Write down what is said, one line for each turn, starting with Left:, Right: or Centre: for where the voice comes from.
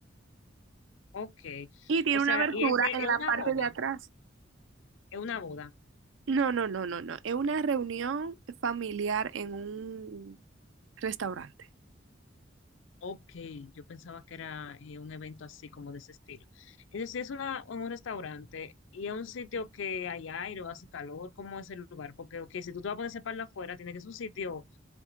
Left: Ok.
Right: Y tiene
Left: O sea,
Right: una abertura
Left: y este
Right: en
Left: es
Right: la
Left: una
Right: parte
Left: boda,
Right: de atrás.
Left: es una boda.
Right: No, no, no, no, no. Es una reunión familiar en un restaurante.
Left: Ok, yo pensaba que era eh, un evento así como de ese estilo. Es decir, es una, un restaurante y es un sitio que hay aire o hace calor, ¿cómo es el lugar? Porque, ok, si tú te vas a poner ese palo afuera, tiene que ser un sitio